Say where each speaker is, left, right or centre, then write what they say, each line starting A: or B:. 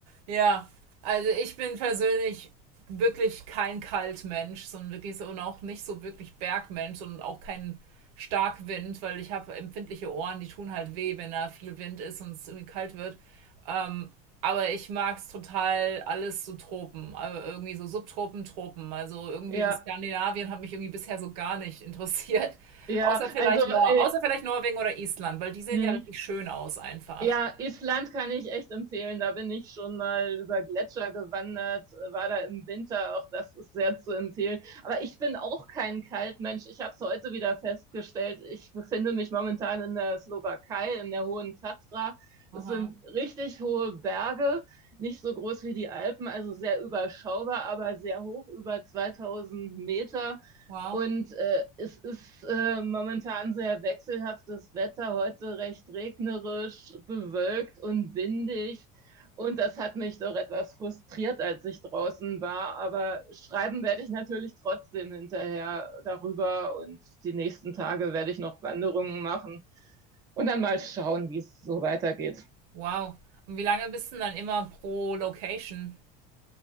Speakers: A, on the right (about 70°); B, on the right (about 20°).
A: Ja, also ich bin persönlich wirklich kein Kaltmensch, sondern wirklich so und auch nicht so wirklich Bergmensch und auch kein Starkwind, weil ich habe empfindliche Ohren, die tun halt weh, wenn da viel Wind ist und es irgendwie kalt wird. Ähm, aber ich mag es total alles so Tropen, also irgendwie so Subtropen, Tropen. Also irgendwie
B: Ja,
A: so Skandinavien hat mich irgendwie bisher so gar nicht interessiert. <laughs>
B: ja,
A: Außer vielleicht
B: also,
A: Nor
B: äh,
A: außer vielleicht Norwegen oder Island, weil die sehen
B: hm,
A: ja richtig schön aus einfach.
B: ja, Island kann ich echt empfehlen. Da bin ich schon mal über Gletscher gewandert, äh, war da im Winter, auch das ist sehr zu empfehlen. Aber ich bin auch kein Kaltmensch. Ich habe es heute wieder festgestellt. Ich befinde mich momentan in der Slowakei, in der Hohen Tatra.
A: Aha.
B: Das sind richtig hohe Berge, nicht so groß wie die Alpen, also sehr überschaubar, aber sehr hoch, über 2000 Meter.
A: Wow.
B: Und äh, es ist äh, momentan sehr wechselhaftes Wetter, heute recht regnerisch, bewölkt und windig. Und das hat mich doch etwas frustriert, als ich draußen war. Aber schreiben werde ich natürlich trotzdem hinterher darüber. Und die nächsten Tage werde ich noch Wanderungen machen und dann mal schauen, wie es so weitergeht.
A: Wow. Und wie lange bist du denn dann immer pro Location?